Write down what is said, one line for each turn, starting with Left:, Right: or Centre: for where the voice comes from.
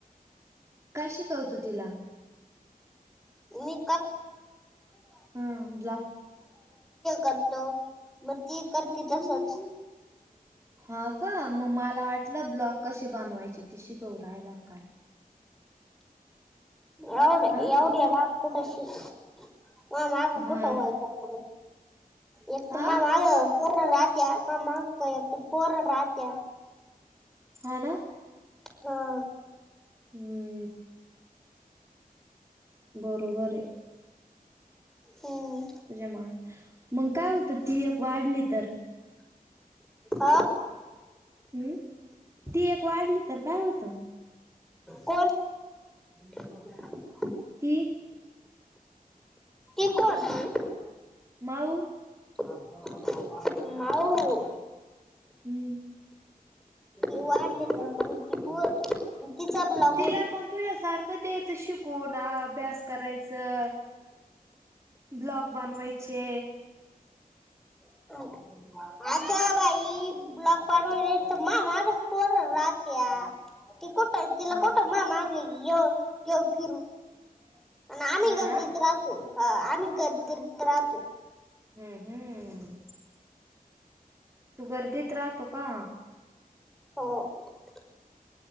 Right: काय शिकवतो तिला?
Centre: <unintelligible> <unintelligible> हि
Right: हा ब्लॉक
Centre: करतो मग ती करती तसंच.
Right: हा का मग मला वाटलं ब्लॉक कसे बनवायचे ते शिकवु राहिला काय.
Centre: एवढ एवढ्या
Right: अं
Centre: लांब कुठंशी माझ्या मागं
Right: हा
Centre: कुठं वैताग करु. एक तर
Right: आ
Centre: मा माग पोर राहत्या, मा माग एक पोर राहत्या.
Right: हा ना.
Centre: हा.
Right: हम्म. बरोबर आहे.
Centre: हम्म.
Right: त्याच्यामुळे मग काय होतं ती एक वाढली तर
Centre: हा.
Right: हम्म ती एक वाढली तर काय होतं?
Centre: कोण <inaudible>
Right: ती
Centre: <unintelligible>
Right: माऊ
Centre: <inaudible> <unintelligible>
Right: हम्म.
Centre: <unintelligible> <unintelligible> <unintelligible>
Right: तिला पण तुझ्यासारखं द्यायचं शिकून अभ्यास करायचं ब्लॉग बनवयचे.
Centre: <unintelligible> <unintelligible> <unintelligible>
Right: हा.
Centre: <unintelligible>
Right: हा ना.
Centre: <unintelligible>
Right: हम्म हम्म तू गर्दीत राहतो का?
Centre: <unintelligible>